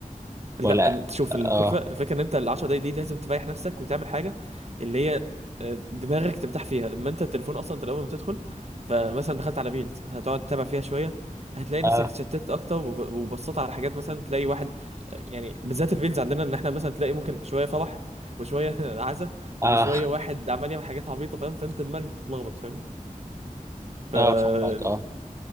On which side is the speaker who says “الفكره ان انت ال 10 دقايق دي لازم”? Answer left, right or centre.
Right